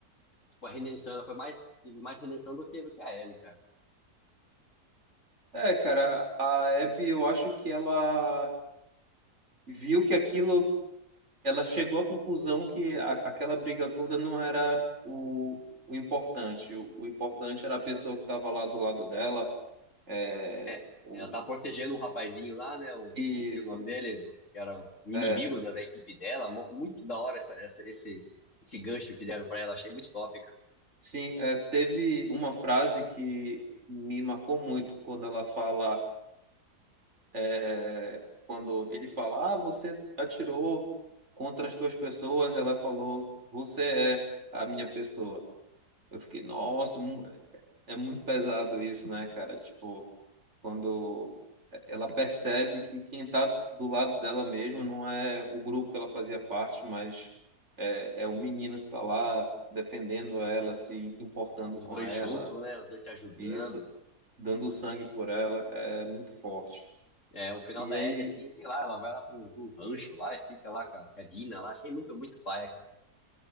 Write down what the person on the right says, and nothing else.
É, cara, a Abby, eu acho que ela viu que aquilo, ela chegou à conclusão que a, aquela briga toda não era o, o importante. O, o importante era a pessoa que estava lá do lado dela É,
o-
Isso.
É,
sim, é, teve uma frase que me marcou muito quando ela fala, é, quando ele fala, ah, você atirou contra as tuas pessoas, ela falou, você é a minha pessoa. Eu fiquei, nossa, mu- é é muito pesado isso, né, cara? Tipo, quando ela percebe que quem está do lado dela mesmo não é o grupo que ela fazia parte, mas é, é o menino que está lá defendendo ela, se importando
com
ela,
e isso, dando sangue por ela, é muito forte.
E
aí